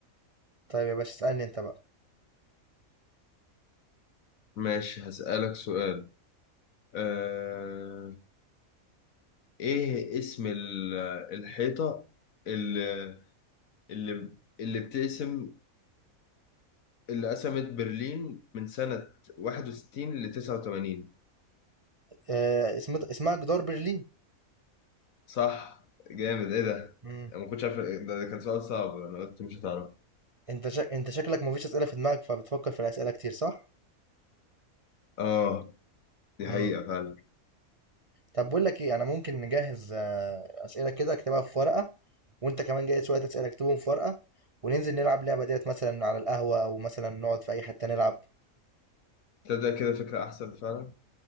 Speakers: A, on the right (about 40°); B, on the left (about 70°).
A: طيب يا باشا اسألني أنت بقى
B: ماشي هسألك سؤال أه... ايه اسم ال- آه، الحيطة اللي اللي اللي بتقسم اللي قسمت برلين من سنة 61 ل 89
A: آه اسم اسمها جدار برلين
B: صح جامد ايه ده
A: مم.
B: انا ما كنتش عارف ده ده كان سؤال صعب انا قلت مش هتعرف
A: أنت شك... أنت شكلك مفيش أسئلة في دماغك فبتفكر في الأسئلة كتير صح؟
B: اه دي
A: امم
B: حقيقة فعلا
A: طب بقول لك إيه أنا ممكن نجهز آه، أسئلة كده أكتبها في ورقة وأنت كمان جايز شوية أسئلة أكتبهم في ورقة وننزل نلعب لعبة ديت مثلا على القهوة أو مثلا نقعد في أي حتة نلعب
B: تبدأ كده فكرة أحسن فعلا